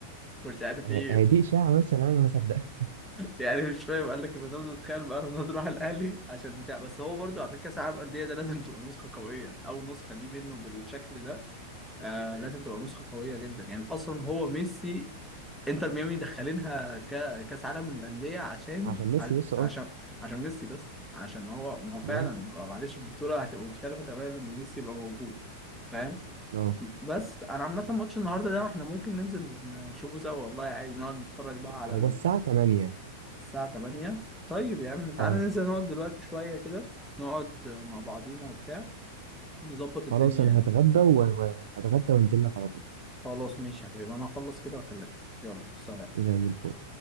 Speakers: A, in the centre; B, on the right.
A: مش عارف
B: هي
A: ايه
B: هي دي اشاعه مثلا انا ما صدقها
A: يعني مش فاهم قال لك رونالدو تخيل بقى رونالدو راح الاهلي عشان بتاع بس هو برضو على فكره كاس العالم انديه ده لازم تبقى نسخه قويه اول نسخه دي منه بالشكل ده آه لازم تبقى نسخه قويه جدا يعني اصلا هو ميسي انتر ميامي دخلينها ك- كاس عالم الانديه عشان
B: عشان ميسي
A: ع-
B: لسه
A: عشان
B: اه
A: عشان ميسي بس عشان هو ما هو فعلا
B: اه
A: معلش البطوله هتبقى مختلفه تماما لما ميسي يبقى موجود فاهم
B: اه
A: بس انا عامه ماتش النهارده ده احنا ممكن ننزل نشوفه سوا والله يعني نقعد نتفرج بقى على
B: هو الساعه 8
A: الساعة 8 طيب يا عم تعالى
B: اه
A: ننزل نقعد دلوقتي شوية كده نقعد مع بعضينا وبتاع نظبط الدنيا
B: خلاص انا
A: يعني
B: هتغدى وهتغدى وانزل لك على طول
A: خلاص ماشي يا حبيبي أنا هخلص كده وأكلمك يلا سلام
B: زي الفل